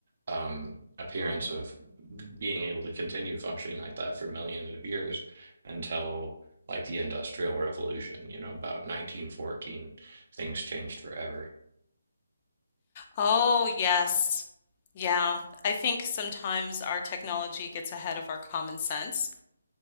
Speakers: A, on the right; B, on the left.
A: um, appearance of being able to continue functioning like that for millions of years until like the Industrial Revolution, you know, about 1914, things changed forever.
B: Oh, yes. Yeah. I think sometimes our technology gets ahead of our common sense,